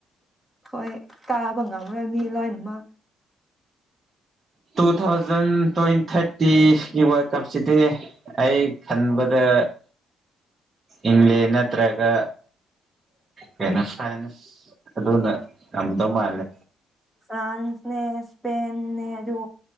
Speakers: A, in the centre; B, on the right.
A: ꯍꯣꯏ ꯀꯥꯕ ꯉꯝꯃꯔꯣꯏ ꯃꯤ ꯂꯣꯏꯅꯃꯛ
B: ꯇꯨ ꯊꯥꯎꯖꯟ ꯇ꯭ꯋꯦꯟ ꯊꯥꯔꯇꯤꯒꯤ ꯋ꯭ꯔꯥꯜꯗ ꯀꯞꯁꯤꯗꯤ ꯑꯩ ꯈꯟꯕꯗ ꯏꯪꯂꯦꯟ ꯅꯠꯇ꯭ꯔꯒ ꯀꯩꯅꯣ <unintelligible> ꯑꯗꯨꯅ ꯉꯝꯗꯧ ꯃꯥꯂꯦ
A: ꯐ꯭ꯔꯥꯟꯁꯅꯦ ꯏꯁꯄꯦꯟꯅꯦ ꯑꯗꯨ